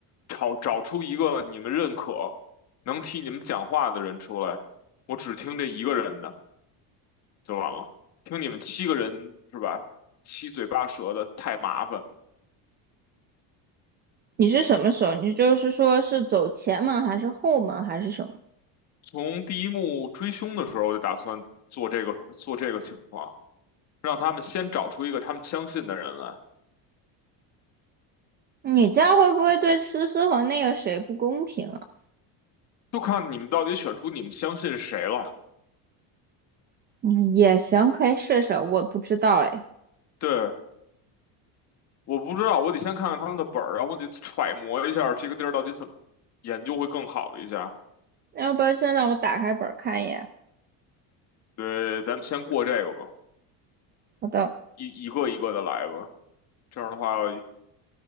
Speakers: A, on the left; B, on the right.
A: 找找出一个你们认可、能替你们讲话的人出来。我只听这一个人的就完了，听你们七个人是吧？七嘴八舌的太麻烦。
B: 你是什么时候？你就是说是走前门还是后门还是什么？
A: 从第一幕追凶的时候，我就打算做这个做这个情况，让他们先找出一个他们相信的人来，
B: 你这样会不会对思思和那个谁不公平啊？
A: 就看你们到底选出你们相信谁了。
B: 嗯，也行，可以试试。我不知道哎，
A: 对，我不知道，我得先看看他们的本儿，然后我得揣摩一下这个地儿到底怎么研究会更好一下。
B: 要不然现在我打开本儿看一眼。
A: 对，咱们先过这个吧，
B: 好的。
A: 一一个一个的来吧，这样的话